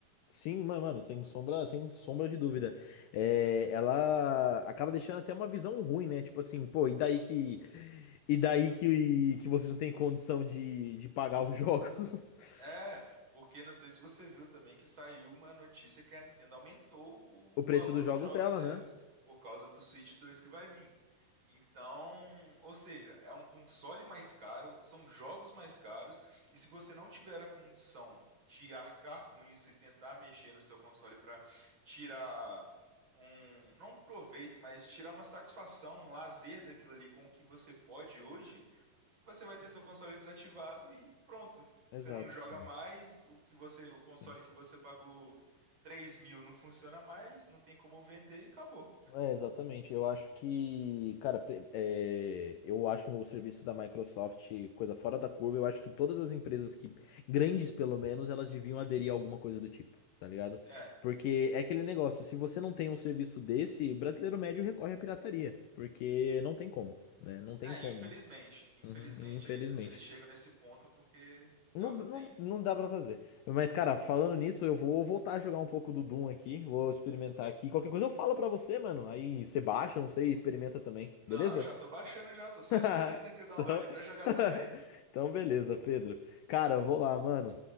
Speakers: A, on the left (about 75°); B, on the right (about 30°).
A: Sim, mano, mano, sem sombra, sem sombra de dúvida. É, ela acaba deixando até uma visão ruim, né? Tipo assim, pô, e daí que. E daí que, que vocês não têm condição de, de pagar os jogos. <laughs>
B: É, porque não sei se você viu também que saiu uma notícia que a Nintendo aumentou
A: O
B: o
A: preço
B: valor
A: dos
B: dos
A: jogos
B: jogos
A: dela,
B: deles,
A: né?
B: por causa do Switch 2 que vai vir. Então, ou seja, é um console mais caro, são jogos mais caros, e se você não tiver a condição de arcar com isso e tentar mexer no seu console para tirar um, não um proveito, mas tirar uma satisfação, um lazer daquilo ali com o que você pode hoje, você vai ter seu console desativado e pronto.
A: Exato.
B: Você não joga mais, o que você, o console
A: Sim.
B: que você pagou três mil não funciona mais, não tem como vender e acabou.
A: É, exatamente. Eu acho que, cara, pre- é, eu acho o serviço da Microsoft coisa fora da curva. Eu acho que todas as empresas que, grandes pelo menos, elas deviam aderir a alguma coisa do tipo, tá ligado?
B: É,
A: Porque é aquele negócio, se você não tem um serviço desse, o brasileiro médio recorre à pirataria, porque não tem como, né? Não tem
B: é,
A: como.
B: infelizmente. Infelizmente
A: Uhum, infelizmente.
B: eles, eles chegam nesse ponto porque é
A: Não,
B: o que
A: não,
B: tem.
A: não dá pra fazer. Mas, cara, falando
B: <laughs>
A: nisso, eu vou voltar a jogar um pouco do Doom aqui. Vou experimentar aqui. Qualquer coisa eu falo pra você, mano. Aí você baixa, não sei, experimenta também.
B: Não,
A: Beleza?
B: já tô baixando já, tô só
A: <laughs>
B: esperando aqui o download
A: Então,
B: pra
A: <laughs>
B: jogar também.
A: então beleza, Pedro. Cara, eu vou lá, mano.